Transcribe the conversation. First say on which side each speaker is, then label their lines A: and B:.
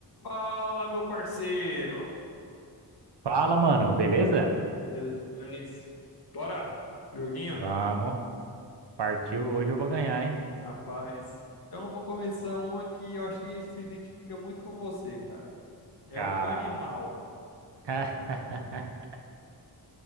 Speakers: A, on the left; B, on the right.
A: Fala, meu parceiro!
B: Fala, mano, beleza?
A: Beleza demais? Bora! Joguinho?
B: Vamos, partiu. Hoje eu vou ganhar, hein?
A: Rapaz. Então, vou começar um aqui, eu acho que se identifica muito com você, cara. É
B: Calma.
A: um animal.
B: <laughs>